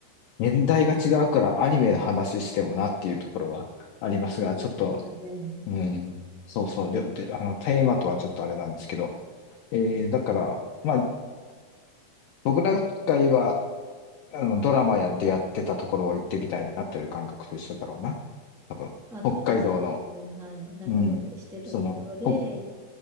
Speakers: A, on the left; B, in the centre.
A: 年代が違うからアニメの話してもなっていうところはありますが、
B: そうですね。
A: ちょっと、
B: すいません。
A: うん、そうそう、で、であの、テーマとはちょっとあれなんですけど、えー、だから、まあ、僕らが言えば、あの、ドラマやってやってたところを行ってみたいなという感覚と一緒だろうな。多分、
B: あ、
A: 北海道の、
B: 多分そうですね。はい。なんかロケしてたところで、
A: うん、その、ほ、
B: なん